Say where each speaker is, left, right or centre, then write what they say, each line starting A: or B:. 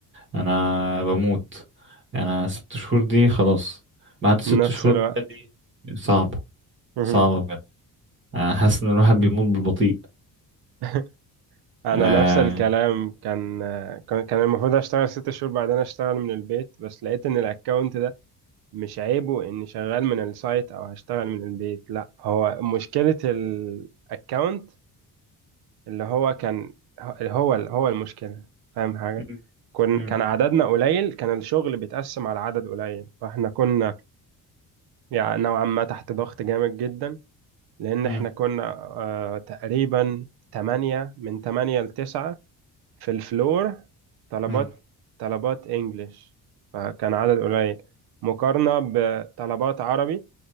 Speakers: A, on the right; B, on the right.
A: انا بموت انا ست شهور دي خلاص بعد ست
B: نفس
A: شهور
B: الوقت
A: بقى دي صعبة
B: مهم.
A: صعبة بجد انا حاسس ان الواحد بيموت بالبطيء
B: <laughs> أنا
A: آه.
B: نفس الكلام كان آه، كان كان المفروض أشتغل ست شهور بعدين أشتغل من البيت بس لقيت إن الأكاونت ده مش عيبه إني شغال من السايت أو هشتغل من البيت لأ هو مشكلة الأكاونت اللي هو كان هو هو المشكلة فاهم حاجة
A: مم.
B: كن
A: مم.
B: كان عددنا قليل كان الشغل بيتقسم على عدد قليل فاحنا كنا يعني نوعا ما تحت ضغط جامد جدا لأن
A: مم.
B: احنا كنا آه تقريبا تمانية من تمانية لتسعة في الفلور طلبات
A: مم.
B: طلبات انجليش فكان عدد قليل مقارنة بطلبات عربي